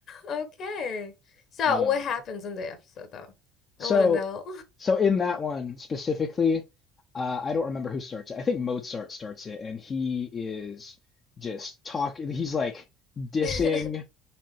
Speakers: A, on the left (about 50°); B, on the left (about 35°).
A: Okay. So,
B: Um,
A: what happens in the episode though?
B: so,
A: I want to know.
B: so in that one specifically, uh, I don't remember who starts it. I think Mozart starts it, and he is just talking. He's like dissing
A: <laughs>